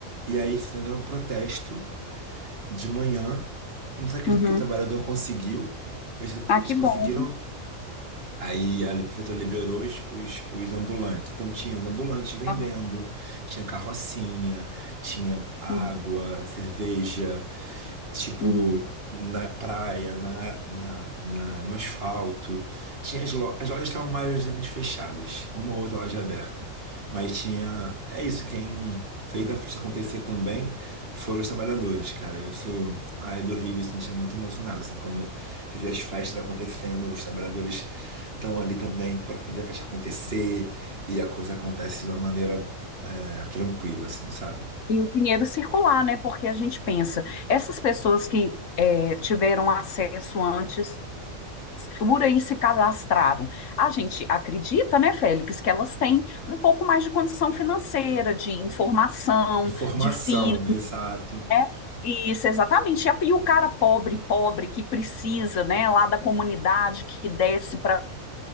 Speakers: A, on the right; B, on the left.
A: E aí fizeram um protesto de manhã. Não se acredita
B: Uhum.
A: que o trabalhador conseguiu. Eles,
B: Ah,
A: eles
B: que
A: conseguiram
B: bom.
A: Aí a prefeitura liberou os, os, os ambulantes. Então tinha os ambulantes vendendo,
B: Aham,
A: tinha carrocinha, tinha água,
B: uhum,
A: cerveja, tipo,
B: uhum.
A: na praia, na, na, na- no asfalto. Tinha as, lo- as lojas estavam majoritariamente fechadas, uma ou outra loja aberta. Mas tinha. É isso, quem fez a festa acontecer também foram os trabalhadores, cara. Eu sou. Ai, do Rio, isso me deixa muito emocionado, assim, quando você vê as festas acontecendo, os trabalhadores estão ali também para fazer a festa acontecer e a coisa acontece de uma maneira é, tranquila, assim, sabe?
B: e o dinheiro circular, né? Porque a gente pensa, essas pessoas que é, tiveram acesso antes por aí se cadastraram. A gente acredita, né, Félix, que elas têm um pouco mais de condição financeira, de informação,
A: Informação,
B: de filho,
A: exato.
B: né? Isso, exatamente. E a- e o cara pobre, pobre, que precisa, né, lá da comunidade, que desce para